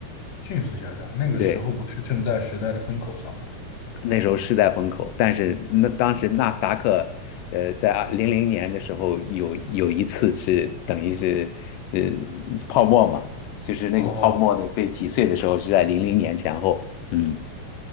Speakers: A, on the left; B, on the left.
A: 迅速下降。
B: <laughs>
A: 那个时候不是正在时代的风口上吗？
B: 对。那时候是在风口，但是那当时纳斯达克，呃，在零零年的时候有有一次是等于是呃泡沫嘛，就是那个泡沫的被挤碎的时候是在零零年前后，
A: 哦，
B: 嗯。